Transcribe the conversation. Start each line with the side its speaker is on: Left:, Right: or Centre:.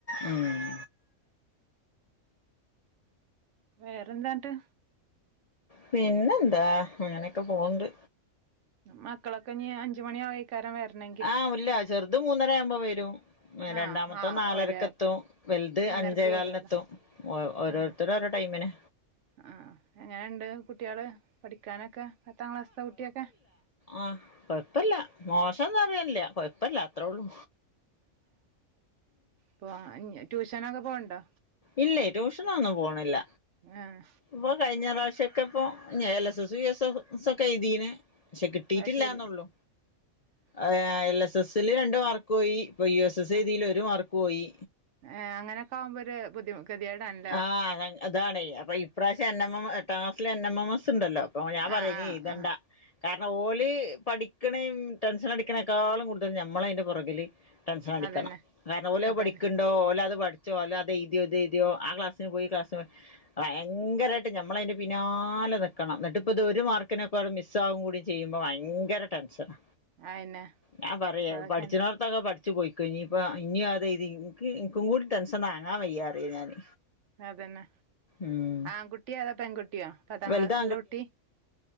Left: ഉം
Right: വേറെന്താട്ട്
Left: പിന്നെന്താ അങ്ങനെക്കെ പോണ്ട്
Right: മക്കളൊക്കെ ഇനി അഞ്ചുമണിയാവ് ക്കാരൻ വരണ
Left: ആഹ് ഇല്ല ചെറുതും മൂന്നര ആവുമ്പോ വരും
Right: ആഹ്
Left: രണ്ടാമത്തോൻ
Right: ആഹ്
Left: നാലരക്കെത്തും
Right: ഓലെ
Left: വൽത്
Right: മൂന്നരക്ക്
Left: അഞ്ചേകാലിനെത്തും
Right: വിടോല്ലോ
Left: ഓരോ
Right: ആഹ്
Left: ത്തര് ഓരോ ടൈമിനാ
Right: ആഹ് എങ്ങനെണ്ട് കുട്ടികള് പഠിക്കാനൊക്കെ പത്താം ക്ലാസ്സത്തെ കുട്ടിയെക്കെ
Left: ആഹ് കൊഴപ്പില്ല മോശംന്ന് പറയന്നില്ല കൊഴ പ്പല്ല അത്രോള്ളൂ
Right: അപ്പ ട്യൂഷനൊക്കെ പോവണ്ടോ
Left: ഇല്ലേ ട്യൂഷനൊന്നും പോണില്ല
Right: ആഹ്
Left: ഇപ്പോ കഴിഞ്ഞ പ്രാശോക്കെ ഇപ്പോ L S S U S A ഒക്കെ എഴ്തീന് ക്ഷേ കിട്ടിട്ടില്ലന്നുള്ളു
Right: അത് ശരി
Left: ആഹ് എൽ എസ് എസില് രണ്ട് മാർക്കോയി ഇപ്പോ യു എസ് എസ്
Right: ആഹ്
Left: എഴ്തില് ഒരു മാർക്ക് പോയി
Right: ഏഹ് അങ്ങനൊക്കെ ആകുമ്പ ഒരു ബുദ്ധിമു <unintelligible>
Left: ആഹ് അതാ അതാണെ അപ്പോ ഇപ്രാശ്യം എൻ എം എം എട്ടാം ക്ലസ്സില് എൻ എം എം എസ്ണ്ടല്ലോ അപ്പോ ഞാൻ പറഞ്ഞ്
Right: ആഹ് ആഹ്
Left: ഇയ്തണ്ടാ
Right: ആഹ്
Left: കാരണം ഓല് പഠിക്കണേയും ടെൻഷൻ അടിക്കുന്നേക്കാളും കൂടുതൽ ഞമ്മള അതിന്റെ പൊറകില് ടെൻഷൻ അടിക്കണം
Right: അതന്നെ
Left: കാരണം ഓലോത്
Right: അതന്നെ
Left: പഠിക്കണ്ടോ ഓലോ അത് പഠിച്ചോ അത്ഴതിയോ ഇതെഴുതിയോ ആഹ് ക്ലാസിന് പോയി ഈ ക്ലാസ്സ്‌ ഭയങ്കരായിട്ട് ഞമ്മളയിന്റെ പിന്നാലെ നിക്കണം എന്നിട്ട് ഇപ്പ ഇത് ഒരു മാർക്കിന് <unintelligible> മിസ് ആകും കൂടി ചെയ്യുമ്പോ ഭയങ്കര ടെൻഷനാ
Right: അയന്നെ
Left: ഞാൻ പറയ
Right: അതൊക്കെന്നെ
Left: പഠിച്ചണോ ത്തൊക്കെ പഠിച്ച് പോയിക്കോ ഇനിപ്പാ ഇനിയത് എഴ്തി ഇൻക്ക് ഇൻക്കും കൂടി ടെൻഷൻ താങ്ങാൻ വയ്യാ അറിയും ഞാന്
Right: അതന്നെ
Left: ഉം
Right: ആങ്കുട്ടിയാ അതോ പെങ്കുട്ടിയോ പത്താം
Left: വലുത്
Right: ക്ലാസ്സുള്ള കുട്ടി